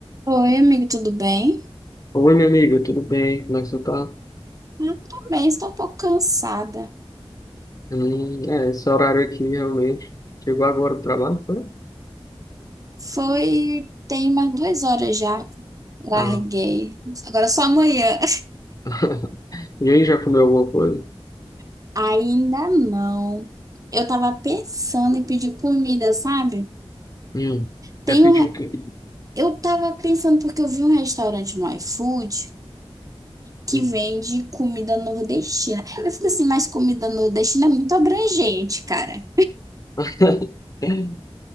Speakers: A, on the right; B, on the left.
A: Oi, amigo, tudo bem?
B: Oi, meu amigo, tudo bem? Como é que você tá?
A: Eu tô bem, estou um pouco cansada.
B: Hum, é, esse horário aqui realmente. Chegou agora do trabalho, foi?
A: Foi, tem umas duas horas já. Larguei.
B: Ah.
A: Agora só amanhã.
B: <laughs> E aí, já comeu alguma coisa?
A: <laughs> Ainda não. Eu tava pensando em pedir comida, sabe?
B: Hum.
A: Tem
B: É pedir
A: um, re-
B: o quê?
A: eu tava pensando porque eu vi um restaurante no iFood que
B: Hum.
A: vende comida nordestina. Eu fico assim, mas comida nordestina é muito abrangente, cara.
B: <laughs>